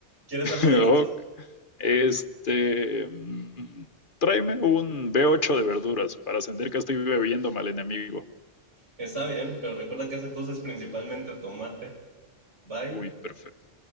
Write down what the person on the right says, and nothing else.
¿Quieres algo
del otro?
Está bien, pero recuerda que esa cosa es principalmente tomate. Bye.